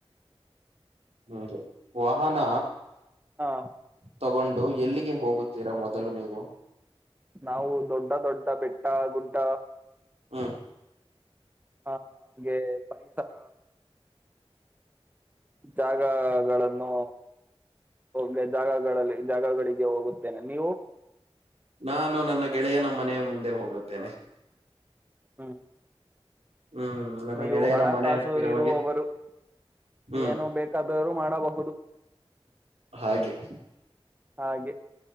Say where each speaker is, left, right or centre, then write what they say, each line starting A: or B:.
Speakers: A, on the right; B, on the right.
A: ನಂಗೆ ವಾಹನ.
B: ಹ
A: ತಗೊಂಡು ಎಲ್ಲಿಗೆ ಹೊ ಹೋಗುತ್ತೀರಾ ಮೊದಲು ನೀವು.
B: ನಾವು ದೊಡ್ಡ ದೊಡ್ಡ ಬೆಟ್ಟ ಗುಡ್ಡ.
A: ಹ್ಮ
B: ಹಾಗೆ ಪರಿಸರ. ಜಾಗಗಳನ್ನು ಗೆ ಜಾಗಗಳಲ್ಲಿ ಜಾಗಗಳಿಗೆ ಹೋಗುತ್ತೇನೆ ನೀವು
A: ನಾನು ನನ್ನ ಗೆಳೆಯನ ಮನೆ ಮುಂದೆ ಮತ್ತೆ ಹೋಗುತ್ತೇನೆ
B: ಹ್ಮ
A: ಹ್ಮ್ ನನ್ನ
B: ನೀವು
A: ಗೆಳೆಯನ
B: ಹಣ
A: ಮನೆ
B: ಕಾಸು
A: ಹತ್ತಿರ
B: ಇರುವವರು
A: ಹೋಗಿ
B: ಏನು ಬೇಕಾದರ
A: ಹ್ಮ್
B: ಏನು ಬೇಕಾದರು ಮಾಡಬಹುದು
A: ಹಾಗೆ
B: ಹಾಗೆ